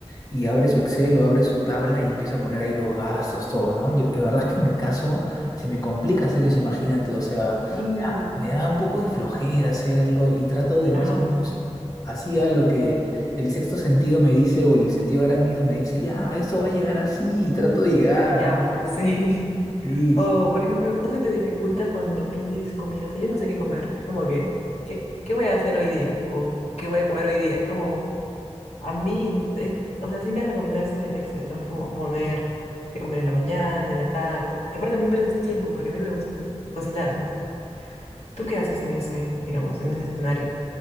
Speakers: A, on the left; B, on the left.
A: y abre su Excel o abre su tabla y empieza a poner ahí los gastos, todo, ¿no? Yo, la verdad es que en mi caso se me complica hacer eso, imagínate, o sea,
B: Sí,
A: me da, me da un poco de flojera hacerlo y trato de
B: ajá.
A: más o menos así a lo que el sexto sentido me dice o el sentido arácnido me dice, ya, esto va a llegar así y trato de llegar,
B: Ya,
A: ¿no?
B: pues sí. <laughs>
A: Sí.
B: O,
A: sí.
B: por ejemplo, no se te dificulta cuando pides comida. O sea, yo no sé qué comer. Es como que, ¿qué, qué voy a hacer hoy día? O, ¿qué voy a comer hoy día? Es como, a mí, es- o sea, sí me han recomendado eso del Excel, ¿no? Es como poner qué comer en la mañana, en la tarde. Y aparte también pierdes tiempo, porque a mí me gusta mi, cocinar, pues. ¿Tú qué haces en ese, digamos, en ese escenario?